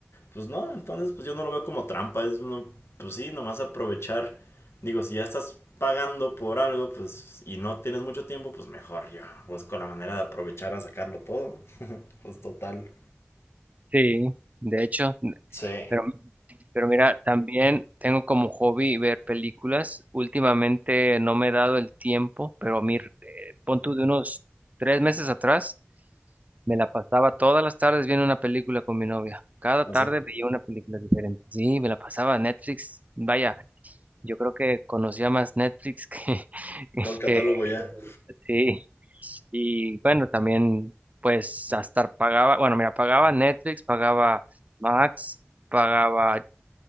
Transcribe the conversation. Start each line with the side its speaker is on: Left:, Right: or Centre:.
Left: pues no, entonces pues yo no lo veo como trampa, es no, pues sí, nomás aprovechar, digo, si ya estás pagando por algo, pues y no tienes mucho tiempo, pues mejor yo busco la manera de aprovechar a sacarlo todo, pues total.
Right: Sí, de hecho.
Left: Sí.
Right: Pero, pero mira, también tengo como hobby ver películas. Últimamente no me he dado el tiempo, pero a mí, eh, pon tú de unos tres meses atrás, me la pasaba todas las tardes viendo una película con mi novia. Cada
Left: Así,
Right: tarde veía una película diferente. Sí, me la pasaba Netflix. Vaya, yo creo que conocía más Netflix que, <laughs>
Left: todo el catálogo
Right: que
Left: ya.
Right: Sí. Y bueno, también pues hasta pagaba, bueno, mira, pagaba Netflix, pagaba Max, pagaba